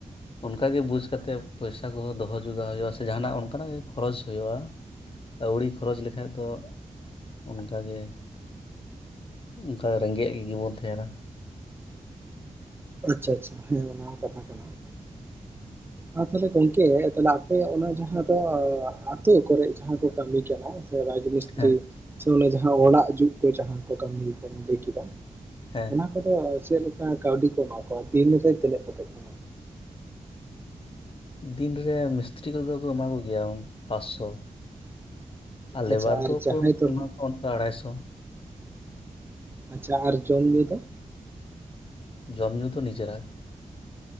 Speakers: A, on the left; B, on the right.
A: ᱚᱱᱠᱟ ᱜᱮ ᱵᱩᱡᱽ ᱠᱟᱛᱮᱜ ᱯᱚᱭᱥᱟ ᱠᱚᱦᱚᱸ ᱫᱚᱦᱚ ᱡᱚᱜᱟᱣ ᱦᱩᱭᱩᱜᱼᱟ ᱥᱮ ᱡᱟᱦᱟᱱᱟᱜ ᱚᱱᱠᱟᱱᱟᱜ ᱜᱮ ᱠᱷᱚᱨᱚᱪ ᱦᱩᱭᱩᱜᱼᱟ ᱾ ᱟᱹᱣᱲᱤ ᱠᱷᱚᱨᱚᱪ ᱞᱮᱠᱷᱟᱡ ᱫᱚ ᱚᱱᱠᱟ ᱜᱮ ᱾ ᱚᱱᱠᱟ ᱨᱮᱸᱜᱮᱡ ᱜᱮᱵᱚᱱ ᱛᱮᱦᱮᱱᱟ ᱾
B: ᱟᱪᱪᱷᱟ ᱟᱪᱪᱷᱟ ᱦᱮᱸ ᱚᱱᱟ ᱦᱚᱸ ᱠᱟᱛᱷᱟ ᱠᱟᱱᱟ ᱾
A: <inaudible>
B: ᱟᱨ ᱛᱟᱦᱚᱞᱮ ᱜᱚᱝᱠᱮ ᱛᱟᱦᱚᱞᱮ ᱟᱯᱮ ᱚᱱᱟ ᱡᱟᱦᱟᱸ ᱫᱚ ᱟᱛᱳ ᱠᱚᱨᱮ ᱡᱟᱦᱟᱸ ᱠᱚ ᱠᱟᱹᱢᱤ ᱠᱟᱱᱟ ᱾ ᱨᱟᱡᱽ ᱢᱤᱥᱛᱨᱤ
A: ᱦᱮᱸ
B: ᱥᱮ ᱚᱱᱮ ᱡᱟᱦᱟᱸ ᱚᱲᱟᱜ ᱡᱩᱫ ᱠᱚ ᱡᱟᱦᱟᱸᱭ ᱠᱚ ᱠᱟᱹᱢᱤᱭᱟ ᱠᱚᱢ ᱞᱟᱹᱭ ᱠᱮᱫᱟ ᱾
A: ᱦᱮᱸ
B: ᱚᱱᱟ ᱠᱚᱫᱚ ᱪᱮᱜ ᱞᱮᱠᱟ ᱠᱟᱹᱣᱰᱤ ᱠᱚ ᱮᱢᱟ ᱠᱚᱣᱟ ᱫᱤᱱ ᱨᱮ ᱛᱤᱱᱟᱹᱜ ᱠᱟᱛᱮᱜ ᱾
A: ᱫᱤᱱ ᱨᱮ ᱢᱤᱥᱛᱨᱤ ᱠᱚᱫᱚ ᱠᱚ ᱮᱢᱟ ᱠᱚᱜᱮᱭᱟ ᱯᱟᱸᱥᱥᱚ ᱾ ᱟᱨ ᱞᱮᱵᱟᱨ
B: ᱟᱪᱪᱷᱟ
A: ᱫᱚ
B: ᱡᱟᱦᱟᱸᱭ
A: ᱠᱚ
B: ᱫᱚ
A: ᱮᱢᱟ ᱠᱚᱣᱟ ᱚᱱᱠᱟ ᱟᱲᱟᱭᱥᱚ ᱾
B: ᱟᱪᱪᱷᱟ ᱟᱨ ᱡᱚᱢ ᱧᱩ ᱫᱚ ᱾
A: ᱡᱚᱢᱼᱧᱩ ᱫᱚ ᱱᱤᱡᱮᱨᱟᱜ ᱜᱮ ᱾